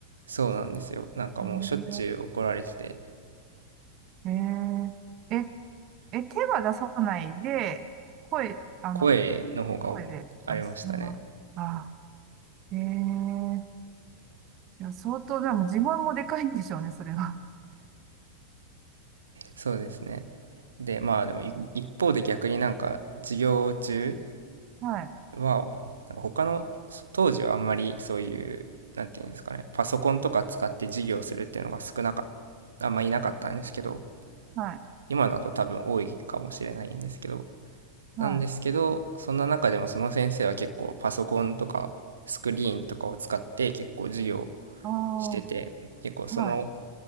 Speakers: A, on the right; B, on the right.
A: そうなんですよ。なんかもうしょっちゅう怒られてて、
B: えー、えー、え、え、手は出さないで、声、あの、
A: 声の方がありましたね。
B: 声で、あ、そのまま、あ、えー、いや、相当、でも自分もでかいんでしょうね、それは。
A: そうですね。で、まあでもい一方で逆になんか授業中、
B: はい、
A: は、なんか他の、当時はあんまりそういう、なんていうんですかね、パソコンとか使って授業するっていうのが少なかった、あんまいなかったんですけど、
B: はい、
A: 今だと多分多いかもしれないんですけど、
B: はい、
A: なんですけど、そんな中でもその先生は結構パソコンとかスクリーンとかを使って結構授業
B: ああ、
A: してて、結構その
B: はい。